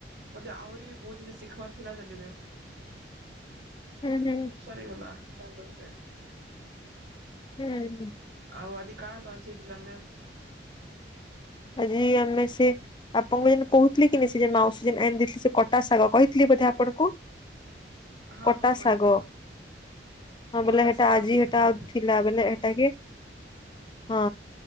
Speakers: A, on the right; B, on the left.
A: ମୋତେ ଆହୁରି ବି ବହୁତ ଜିନିଷ ଶିଖବାର ଥିଲା ଦେଲି ରେ
B: ହୁଁ ହୁଁ
A: ସରିଗଲା। କଣ କରୁଚେ।
B: ହୁଁ ହଁ।
A: ଆଉ ଆଜି କାଣା ଲଞ୍ଚ ହେଇ ଥିଲା ମ୍ୟାମ୍?
B: ଆଜି ଆମେ ସେଇ ଆପଣଙ୍କୁ ଯେନ୍ କହୁଥିଲି କି ନାଇ ସେ ଯେ ମାଉସୀ ଯେନ୍ ଆନ ଦେଇଥିଲେ ସେ କଟା ଶାଗ କହିଥିଲି ବୋଧେ ଆପଣଙ୍କୁ?
A: ହଁ
B: କଟା
A: ହଁ କହିଥିଲି
B: ଶାଗ ହଁ ବୋଇଲେ
A: କଟା
B: ହେ
A: ଶାଗର
B: ଟା ଆଜି ହେ ଟା ଥିଲା। ବୋଇଲେ ଏଟା କି ହଁ